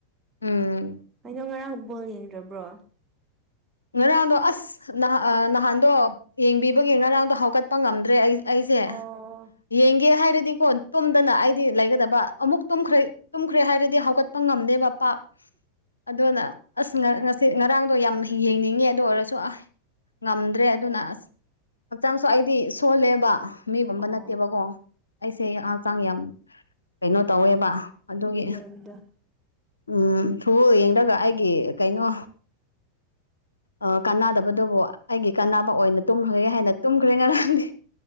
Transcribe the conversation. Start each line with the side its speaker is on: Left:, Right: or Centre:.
Left: ꯎꯝ
Right: ꯀꯩꯅꯣ ꯉꯔꯥꯡ ꯕꯣꯜ ꯌꯦꯡꯗ꯭ꯔꯕ꯭ꯔꯣ
Left: ꯉꯔꯥꯡꯗꯣ ꯑꯁ ꯅꯍ ꯅꯍꯥꯟꯗꯣ ꯌꯦꯡꯕꯤꯕꯒꯤ ꯉꯔꯥꯡꯗꯣ ꯍꯧꯒꯠꯄ ꯉꯝꯗ꯭ꯔꯦ ꯑꯩ ꯑꯩꯁꯦ
Right: ꯑꯣ
Left: ꯌꯦꯡꯒꯦ ꯍꯥꯏꯔꯗꯤꯀꯣ ꯇꯨꯝꯗꯅ ꯑꯩꯗꯤ ꯂꯩꯒꯗꯕ ꯑꯃꯨꯛꯨꯝꯈ꯭ꯔꯦ ꯇꯨꯝꯈ꯭ꯔꯦ ꯍꯥꯏꯔꯗꯤ ꯍꯧꯀꯠ ꯉꯝꯗꯦꯕ ꯄꯥꯛ ꯑꯗꯨꯅ ꯑꯁ ꯉꯁꯤ ꯉꯔꯥꯡꯗꯣ ꯌꯥꯝꯅ ꯌꯦꯡꯅꯤꯡꯉꯤ ꯑꯗꯨ ꯑꯣꯏꯔꯁꯨ ꯑꯁ ꯉꯝꯗ꯭ꯔꯦ ꯑꯗꯨꯅ ꯑꯁ ꯍꯛꯆꯥꯡꯁꯨ ꯑꯩꯗꯤ ꯁꯣꯜꯂꯦꯕ ꯃꯤꯒꯨꯝꯕ
Right: ꯑꯣ
Left: ꯅꯠꯇꯦꯕꯀꯣ ꯑꯩꯁꯦ ꯍꯛꯆꯥꯡ ꯌꯥꯝ ꯀꯩꯅꯣ ꯇꯧꯋꯦꯕ ꯑꯗꯨꯒꯤ
Right: ꯕꯤꯛ ꯑꯣꯏꯕꯗꯣ
Left: ꯎꯝ ꯊꯨꯕꯣꯜ ꯌꯦꯡꯔꯒ ꯑꯩꯒꯤ ꯀꯩꯅꯣ ꯑ ꯀꯥꯟꯅꯗꯕꯗꯨꯕꯨ ꯑꯩꯒꯤ ꯀꯥꯅꯕ ꯑꯣꯏꯅ ꯇꯨꯝꯈ꯭ꯔꯒꯦ ꯍꯥꯏꯅ ꯇꯨꯝꯈ꯭ꯔꯦ ꯉꯔꯥꯡꯗꯤ